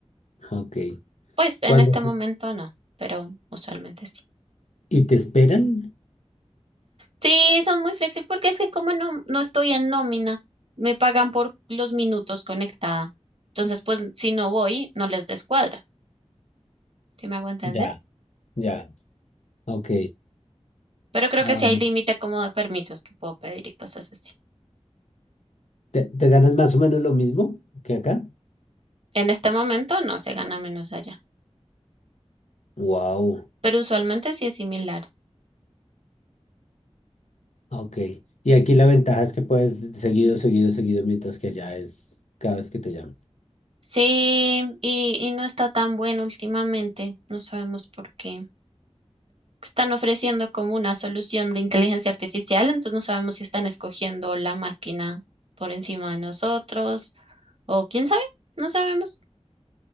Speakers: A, on the left; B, on the right.
A: Ok.
B: Pues en
A: ¿Cuándo?
B: este momento no, pero usualmente sí.
A: ¿Y te esperan?
B: Sí, son muy flexibles porque es que como no, no estoy en nómina, me pagan por los minutos conectada. Entonces, pues si no voy, no les descuadra, ¿sí me hago entender?
A: Ya, ya. Ok.
B: Pero creo
A: Ah,
B: que sí hay límite como de permisos que puedo pedir y cosas así.
A: ¿te, te ganas más o menos lo mismo que acá?
B: En este momento no se gana menos allá,
A: Wow.
B: pero usualmente sí es similar.
A: Ok. Y aquí la ventaja es que puedes seguido, seguido, seguido, mientras que allá es cada vez que te llaman.
B: Sí, y, y no está tan bueno últimamente, no sabemos por qué. Están ofreciendo como una solución de inteligencia artificial, entonces no sabemos si están escogiendo la máquina por encima de nosotros o quién sabe, no sabemos.